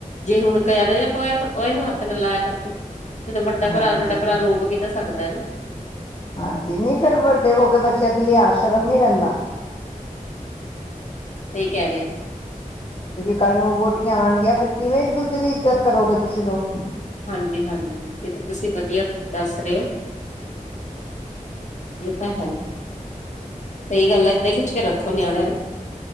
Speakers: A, on the left (about 55°); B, on the left (about 40°).
A: ਜੇ ਹੁਣ ਕਹਦੇ ਉਹ ਇਹਨੂੰ ਹੱਥ ਨਾਲ ਲਾਇਆ ਕਰ ਤੂੰ। ਜਦੋਂ ਵੱਡਾ ਭਰਾ
B: ਹਾਂਜੀ
A: ਵੱਡਾ ਭਰਾ ਰੋਕ ਵੀ ਤਾਂ ਸਕਦਾ ਹੈ ਨਾ।
B: ਹਾਂਜੀ ਨਹੀਂ ਫੇਰ ਵੱਡੇ ਹੋ ਕੇ ਬੱਚਿਆਂ ਚ ਲਿਆਜ ਸ਼ਰਮ ਨੀ ਰਹਿੰਦਾ।
A: ਕਹ ਰਹੇ ਨੇ।
B: ਕਿਉਂਕਿ ਕੱਲ ਨੂੰ ਵੋਟੀਆਂ ਆਉਣਗੀਆਂ ਫਿਰ ਕਿਵੇਂ ਇੱਕ ਦੂਜੇ ਦੀ ਇੱਜਤ ਕਰੋਗੇ ਤੁਸੀਂ ਲੋਗ।
A: ਹਾਂਜੀ ਹਾਂਜੀ ਇਹ ਤਾਂ ਤੁਸੀਂ ਵਧੀਆ ਦੱਸ ਰਹੇ ਹੋ। ਇਹ ਤਾਂ ਹੈ, ਸਹੀ ਗੱਲ ਹੈ ਏਦਾਂ ਖਿੱਚ ਕੇ ਰੱਖੋ ਨਿਆਣਿਆਂ ਨੂੰ।